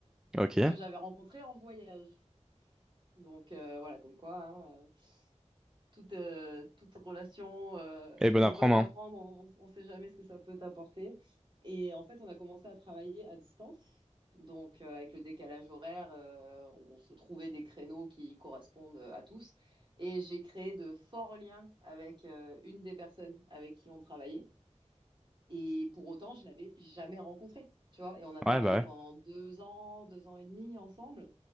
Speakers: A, in the centre; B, on the right (about 40°).
A: ok.
B: que j'avais rencontrés en voyage. Donc euh, voilà, comme quoi, hein, euh, toute, euh, toute relation euh,
A: Et bon
B: est
A: à
B: bonne
A: prendre,
B: à
A: hein.
B: prendre, on ne sait jamais ce que ça peut t'apporter. Et en fait, on a commencé à travailler à distance. Donc, euh, avec le décalage horaire, euh, on se trouvait des créneaux qui correspondent euh, à tous. Et j'ai créé de forts liens avec euh, une des personnes avec qui on travaillait. Et pour autant, je l'avais jamais rencontrée, tu vois. Et on a travaillé
A: Ouais, bah
B: pendant
A: ouais.
B: deux ans, deux ans et demi ensemble.